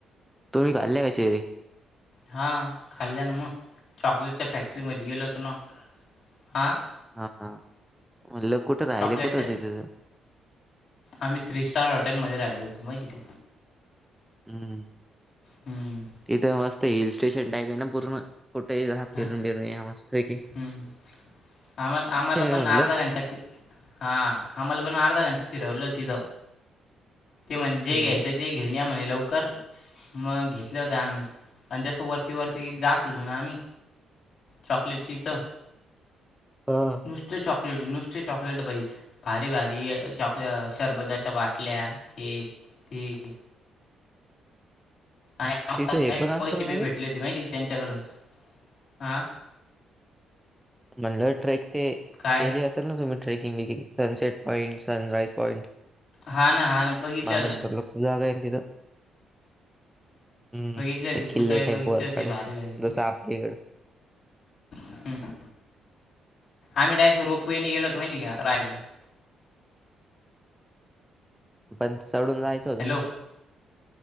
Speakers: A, in the centre; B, on the left.
A: तुम्ही खाल्या का? चेरी.
B: हा, खाल्ल्या ना मग चॉकलेटच्या फॅक्टरीमध्ये गेलो होतो ना? हा.
A: हा-हा म्हणल कुठ? राहिले
B: चॉकलेटच्या
A: कुठं? होते तं.
B: आम्ही थ्री स्टार हॉटेलमध्ये राहिलो होतो, माहिती का?
A: हम्म
B: हम्म
A: तिथ मस्त हिल स्टेशन टाईप आहे ना पूर्ण. कुठेही जाहा फिरून
B: हा
A: बिरून या मस्तपैकी.
B: हम्म आमला आम्हाला पण
A: म्हणलं
B: अर्धा. हा आम्हाला पण अर्धा घंटा फिरवल होत तिथे. ते म्हण जे
A: हम्म
B: घ्यायच ते घेऊन या म्हणे लवकर. मग घेतले होते आम्ही आणि जस वरती वरती जात होतो ना आम्ही चॉकलेटची चव
A: हा
B: नुसते चॉकलेट -नुसते चॉकलेट भाई भारी- भारी चॉक शरबताच्या बाटल्या हे -ते. आणिआम्हला
A: तिथं हे
B: डायरेक्ट
A: पण
B: पैसे
A: असेल ना
B: बी
A: रे
B: भेटले होते माहिती का त्यांच्याकडून, आ
A: म्हणल ट्रेक ते
B: काय
A: केली असेल ना तुम्ही trekking biking sunset point sunrise point
B: हा ना हा बघितल्या
A: महाबळेश्वरला
B: होत्या ना.
A: खूप जागा आहे ना तिथे. हम्म
B: बघितले होते
A: ते किल्ले
B: पुतळे बघितले
A: टाईप वर
B: होते
A: चढायच.
B: भारी भारी
A: जसं आपल्या गड.
B: हम्म. आम्ही डायरेक्ट रोपवेने गेलो होतो माहिती का? रायगडला.
A: पण चढून जायचं होतं
B: हॅलो
A: ना.